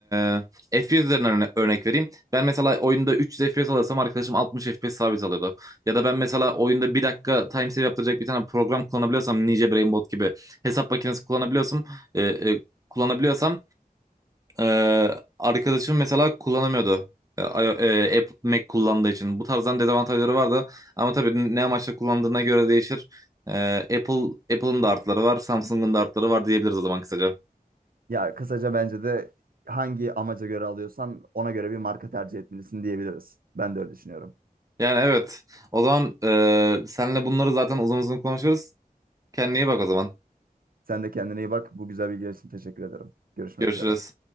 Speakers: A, on the right; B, on the right.
A: e, FPS üzerinden örne- örnek vereyim. Ben mesela oyunda 300 FPS alırsam arkadaşım 60 FPS sabit alıyordu. Ya da ben mesela oyunda bir dakika time save yaptıracak bir tane program kullanabiliyorsam Ninja Brainbot gibi hesap makinesi kullanabiliyorsam e, e, kullanabiliyorsam ee, arkadaşım mesela kullanamıyordu. Ee, I- e, Apple Mac kullandığı için. Bu tarzdan dezavantajları vardı. Ama tabii ne amaçla kullandığına göre değişir. Ee, Apple Apple'ın da artıları var, Samsung'un da artıları var diyebiliriz o zaman kısaca.
B: Ya kısaca bence de hangi amaca göre alıyorsan ona göre bir marka tercih etmelisin diyebiliriz. Ben de öyle düşünüyorum.
A: Yani evet. O zaman e, senle bunları zaten uzun uzun konuşuruz. Kendine iyi bak o zaman.
B: Sen de kendine iyi bak. Bu güzel bilgiler için teşekkür ederim. Görüşmek
A: Görüşürüz.
B: üzere.